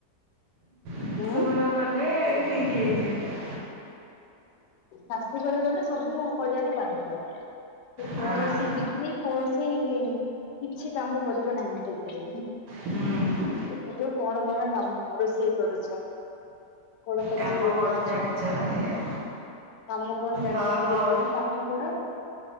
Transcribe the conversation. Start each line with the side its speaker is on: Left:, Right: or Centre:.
Right: ଶାଶୁଘର
Left: ଉଁ
Right: ଗଲେ ଠିକ୍ ହେଇଯିବେ।
Left: ଶାଶୁଘରେ ଗଲେ ସବୁ କରିବାକୁ ବାଧ୍ୟ
Right: ହଁ
Left: କୌଣସି ଡିଗ୍ରୀ କୌଣସି କିଛି କାମ କରିବ ନାହିଁ ସେଥିରେ ହୁଁ।
Right: ହୁଁ
Left: ଦେଖାଯାଉ କଣ କଣ ରୋଷେଇ କରୁଛ? କଣ ତମେ
Right: କାମ
Left: ଇଏ
Right: କଣ
Left: କରୁଛ
Right: ଜାଣିଛ ଏଇଆ
Left: କାମ କଣ ଜାଣିଛ
Right: ହଁ
Left: ନା
Right: ହଉ
Left: ଯେତେ ବି ପାଠ ପଢ।